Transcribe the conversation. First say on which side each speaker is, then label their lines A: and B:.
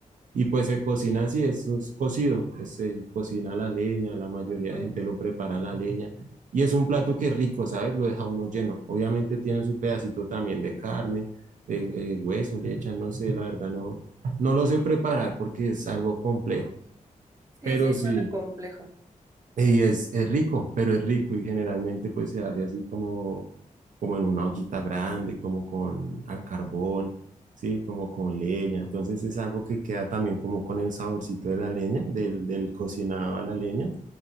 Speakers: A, on the right; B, on the right.
A: Y pues se cocina así, es, un cocido, es, se cocina a la leña, la mayoría
B: Ujú.
A: de gente lo prepara a la leña. Y es un plato que es rico, ¿sabes? Lo deja uno lleno. Obviamente tiene su pedacito también de carne, de, eh, hueso, le echan, no sé, la verdad no, no lo sé preparar porque es algo complejo.
B: Sí,
A: Pero
B: sí,
A: sí.
B: suena complejo.
A: Y es, es rico, pero es rico y generalmente pues se hace así como, como en una ollita grande, como con al carbón, sí, como con leña. Entonces es algo que queda también como con el saborcito de la leña, del, del cocinado a la leña.